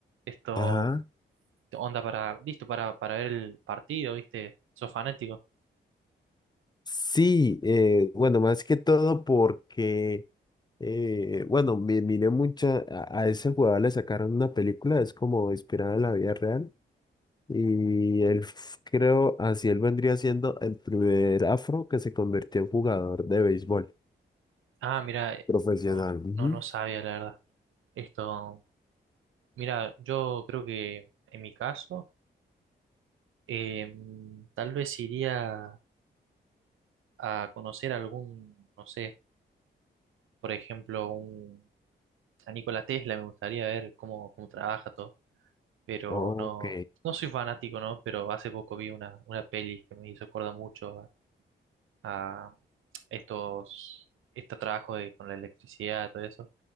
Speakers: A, on the right; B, on the left.
A: Esto,
B: Ajá.
A: onda para, listo para, para ver el partido, ¿viste? ¿Sos fanático?
B: Sí, eh, bueno, más que todo porque, eh, bueno, mi- miré mucha, a, a ese jugador le sacaron una película, es como inspirada en la vida real, Y él, f- creo, así él vendría siendo el primer afro que se convirtió en jugador de béisbol
A: Ah, mira, eh,
B: profesional.
A: no,
B: Ujú.
A: no, no sabía, la verdad. Esto, mira, yo creo que en mi caso, eh, tal vez iría a conocer algún, no sé, por ejemplo, un, a Nikola Tesla, me gustaría ver cómo, cómo trabaja todo pero
B: Ok,
A: no, no soy fanático, ¿no? Pero hace poco vi una, una peli que me hizo acordar mucho a, a estos, este trabajo de, con la electricidad y todo eso,